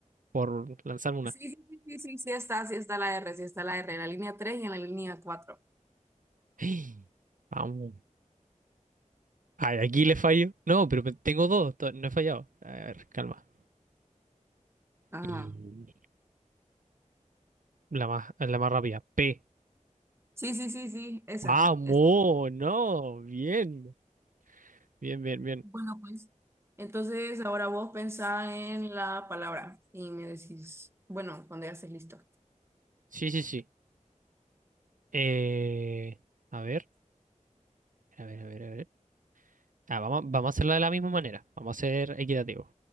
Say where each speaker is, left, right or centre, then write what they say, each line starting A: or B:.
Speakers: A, on the right; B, on the right.
A: por lanzar una.
B: Sí, sí, sí, sí, sí, sí está, sí está la R, sí está la R, en la línea 3 y en la línea cuatro.
A: <gasps> Vamos. Ay, aquí le fallo. No, pero pe- tengo dos, to- no he fallado. A ver, calma.
B: Ajá.
A: Y la más, la más rápida, P.
B: Sí, sí, sí, sí, esa.
A: Vamos,
B: Es
A: no, bien. Bien, bien, bien.
B: Bueno, pues, entonces ahora vos pensá en la palabra y me decís, bueno, cuando ya estés listo.
A: Sí, sí, sí. Eh, a ver, a ver, a ver, a ver. Ah, vamos, vamos a hacerlo de la misma manera. Vamos a ser equitativo.